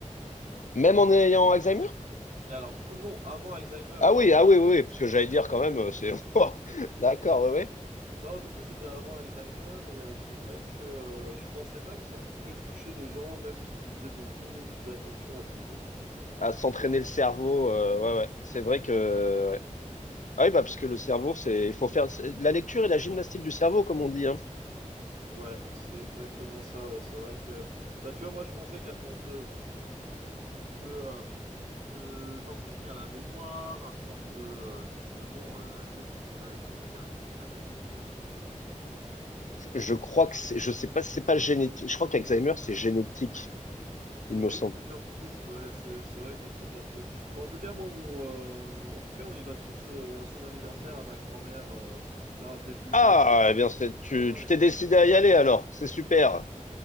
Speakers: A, on the left; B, on the right.
A: Même en ayant Alzheimer?
B: Et alors, du coup, non, avant Alzheimer.
A: Ah
B: Et
A: oui,
B: donc, on-
A: ah oui, oui, oui, parce que j'allais dire quand même, euh, c'est <laughs> Ouah, d'accord, oui, oui.
B: Non, du coup, c'était avant Alzheimer. Et euh, c'est vrai que euh, je pensais pas que ça pouvait toucher des gens, même qui lisaient beaucoup, qui faisaient attention à tout, comme ça.
A: À s'entraîner le cerveau, euh, ouais, ouais. C'est vrai
B: Ouais,
A: que, ouais. Ah oui, bah parce que le cerveau, c'est, il faut faire c'est- la lecture et la gymnastique du cerveau, comme on dit, hein.
B: Ouais, c'est exactement ça. Ouais. C'est vrai que, bah, tu vois, moi, je pensais qu'à force de de euh, de- d'entretenir la mémoire, à force de euh, justement euh, lire tout ça, et ben ça lui arriverait jamais, mais en fait, euh, pas du tout.
A: Je crois que c'est, je sais pas, si c'est pas génétique. Je crois qu'Alzheimer, c'est génétique, il
B: Il
A: me
B: y a
A: semble.
B: eu plusieurs pistes, ouais, c'est c'est vrai que je sais pas trop. Enfin, en tout cas, moi, mon, euh, en tout cas, on y va tous euh, à son anniversaire, à ma grand-mère, euh, là, début
A: Ah,
B: juin, avec
A: eh bien,
B: tous
A: c'est,
B: les petits
A: tu,
B: bains
A: tu
B: et
A: t'es décidé
B: tout.
A: à y aller alors, c'est super.